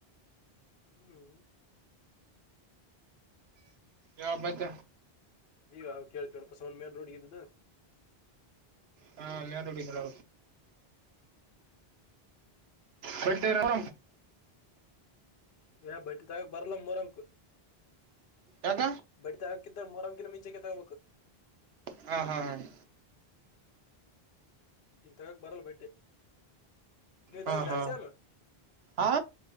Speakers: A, on the left; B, on the right.
A: ಹ್ಮ್
B: ಯಾವ ಮತ್ತ
A: ಈವ ಕೇತೀವಳಲ್ಪ್ಪಸವ್ ಮೇನ್ ರೋಡ್ಿಗೆ ಇದ್ದು
B: ಹಾ ಮೇಡ ಅಡಿ ಎಲ್ಲ ಕೊಡ್ತರರ
A: ಯ ಬಟ್ಟಿ ತಗಾಗ ಬರಲ ಮೂರಂಕ್
B: ಯಾಕ
A: ಬಟ್ಟಿ ತ ತ್ತ ಮರಮ ಕಲ ಮೀಂಚೆ ಕೆತ್ತ ಹೋಗಬೇಕು
B: ಹಾ ಹಾ ಹ
A: ಈಗ ತಗಕ್ ಬರಲ್ ಬೈಟ್ಟೆ ನೀವ
B: ಹಾ
A: ತಗಂದ್ರಿ
B: ಹಾ
A: ಅದ ಸೇಮ್
B: ಹಾ